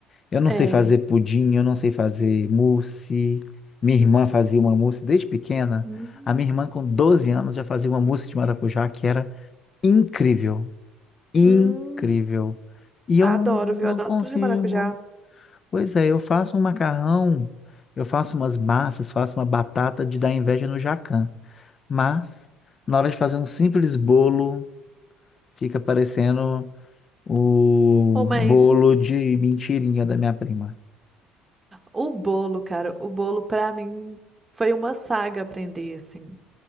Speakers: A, on the left (about 40°); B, on the right (about 20°).
A: Eu não
B: É.
A: sei fazer pudim, eu não sei fazer mousse. Minha irmã fazia uma mousse desde pequena.
B: Hum,
A: A minha irmã, com 12 anos, já fazia uma mousse de maracujá que era incrível, incrível.
B: hum.
A: E
B: Adoro,
A: eu
B: viu?
A: não
B: Adoro
A: consigo.
B: tudo de maracujá.
A: Pois é, eu faço um macarrão, eu faço umas massas, faço uma batata de dar inveja no Jacan. Mas, na hora de fazer um simples bolo, fica parecendo o
B: Oh, mas
A: bolo de mentirinha da minha prima.
B: o bolo, cara, o bolo pra mim foi uma saga aprender, assim.